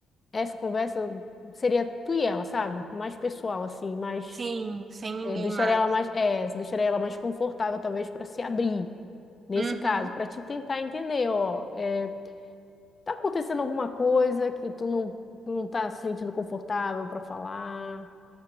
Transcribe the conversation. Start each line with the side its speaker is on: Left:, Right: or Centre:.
Left: essa conversa seria tu e ela, sabe? Mais pessoal, assim, mais.
Right: Sim, sem ninguém
Left: É, deixaria
Right: mais.
Left: ela mais. É, deixaria ela mais confortável, talvez, para se abrir, nesse
Right: Uhum,
Left: caso, para te tentar entender, ó. É, tá acontecendo alguma coisa que tu não, tu não tá se sentindo confortável para falar,